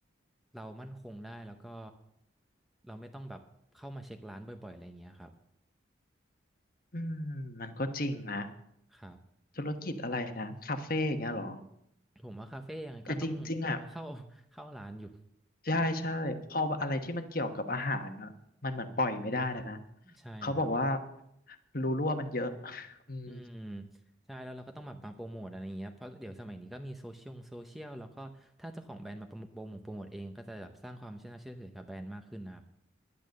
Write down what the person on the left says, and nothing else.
อืมมันก็จริงนะ
ธุรกิจอะไรนะคาเฟ่อย่างเงี้ยเหรอ
แต่จริงๆอ่ะ
ใช่ใช่พออะไรที่มันเกี่ยวกับอาหารอ่ะมันเหมือนปล่อยไม่ได้นะนะ
เขาบอกว่ารูรั่วมันเยอะ <laughs> อืม